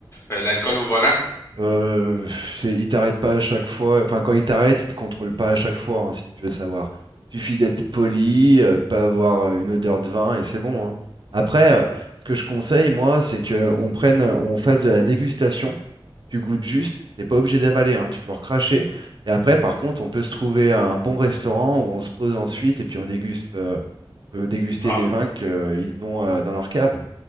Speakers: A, on the left (about 30°); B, on the right (about 55°).
A: euh, l'alcool au volant.
B: euh, c'est- il t'arrête pas à chaque fois. Enfin, quand il t'arrête, il te contrôle pas à chaque fois, hein, si tu veux savoir. Suffit d'être poli, euh, de pas avoir euh, une odeur de vin et c'est bon. hein. Après, euh, ce que je conseille, moi, c'est que on prenne, on fasse de la dégustation. Tu goûtes juste, t'es pas obligé d'avaler, hein, tu peux recracher. Et après, par contre, on peut se trouver un bon restaurant où on se pose ensuite et puis on déguste, euh, on peut déguster
A: Bah,
B: des vins qu'ils ont euh, dans leur cave.